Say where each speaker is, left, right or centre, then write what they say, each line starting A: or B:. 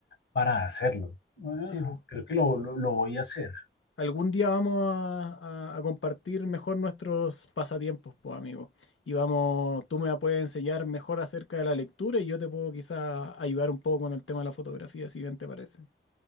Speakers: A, on the left; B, on the left.
A: para hacerlo. Bueno,
B: Sí, po.
A: creo que lo, lo, lo voy a hacer.
B: Algún día vamos a, a- a compartir mejor nuestros pasatiempos, pues, amigo. Y vamos, tú me puedes enseñar mejor acerca de la lectura y yo te puedo quizás ayudar un poco con el tema de la fotografía, si bien te parece.